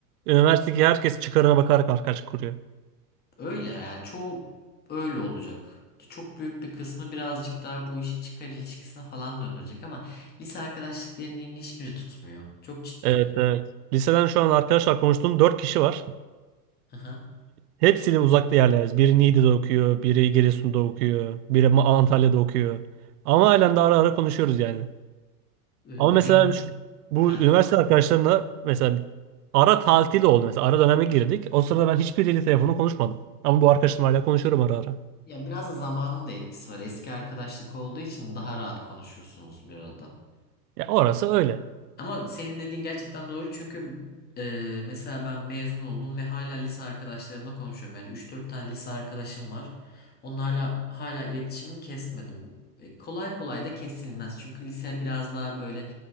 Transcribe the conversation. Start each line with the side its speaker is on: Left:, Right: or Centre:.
Right: Üniversitedeki herkes çıkarına bakarak arkadaş kuruyor.
Left: Öyle yani çoğu öyle olacak. Çok büyük bir kısmı birazcık daha bu işi çıkar ilişkisine falan döndürecek ama lise arkadaşlıklarının hiçbiri tutmuyor. Çok ciddiyim.
Right: Evet evet. Liseden şu an arkadaşlar konuştuğum 4 kişi var.
Left: Aha.
Right: Hepsiyle uzakta yerleriz. Biri Niğde'de okuyor, biri Giresun'da okuyor, biri Ma- Antalya'da okuyor. Ama halen de ara ara konuşuyoruz yani.
Left: Ee,
Right: Ama mesela
Left: benim
Right: şu- bu
Left: ha
Right: üniversite arkadaşlarımla mesela ara tatil oldu mesela. Ara döneme girdik. O sırada ben hiçbiriyle telefonla konuşmadım. Ama bu arkadaşımla hala konuşuyorum ara ara.
Left: Ya biraz da zamanın da etkisi var. Eski arkadaşlık olduğu için daha rahat konuşursunuz bir arada.
Right: Ya orası öyle.
Left: Ama senin dediğin gerçekten doğru çünkü e, mesela ben mezun oldum ve hala lise arkadaşlarımla konuşuyorum. Yani üç dört tane lise arkadaşım var. Onlarla hala iletişimimi kesmedim. E, kolay kolay da kesilmez. Çünkü lise biraz daha böyle